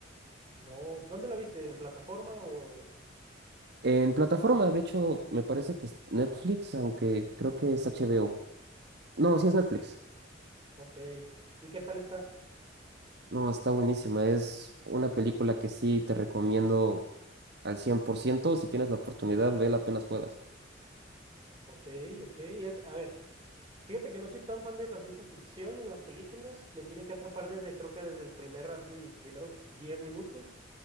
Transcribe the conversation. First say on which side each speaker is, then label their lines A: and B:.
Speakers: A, on the right; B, on the right.
A: No, ¿dónde la viste? ¿En plataforma o...?
B: En plataforma, de hecho, me parece que es Netflix, aunque creo que es HBO. No, sí es
A: Ok,
B: Netflix.
A: ok. ¿Y qué tal está?
B: No, está buenísima. Es una película que sí te recomiendo al 100%. Si tienes la oportunidad, vela apenas puedas.
A: Ok, ok. Es, a ver, fíjate que no soy tan fan de la ciencia ficción en las películas. Me tiene que atrapar desde, creo que desde el primer, así, primeros 10 minutos.